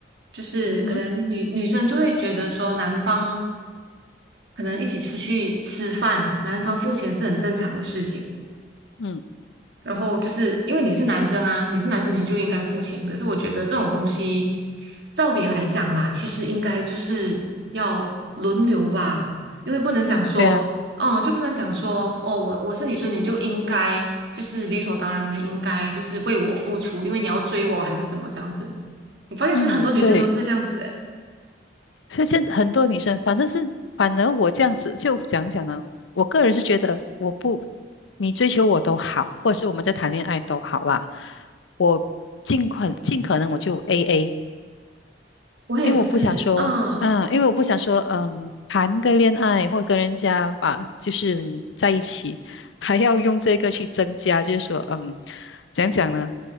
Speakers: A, on the right (about 65°); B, on the left (about 85°).
A: 就是可能女女生就会觉得说男方
B: 嗯哼，
A: 可能一起出去吃饭，男方付钱是很正常的事情。
B: 嗯，
A: 然后就是因为你是男生啊，你是男生你就应该付钱。可是我觉得这种东西，照理来讲啦，其实应该就是要轮流吧，因为不能讲说，
B: 对啊。
A: 哦，就不能讲说，哦，我我是女生，你就应该就是理所当然的应该就是为我付出，因为你要追我还是什么这样子。我发现其实很多女生都是这样子，
B: 嗯，对，
A: 诶，
B: 所以现在很多女生，反正是反而我这样子就讲讲呢，我个人是觉得我不，你追求我都好，或者是我们在谈恋爱都好啦，我尽快尽可能我就 AA，
A: 我也是，
B: 因为我不想说，
A: 嗯，
B: 嗯，因为我不想说，嗯，谈个恋爱或跟人家把就是在一起，还要用这个去增加，就是说，嗯，讲讲呢，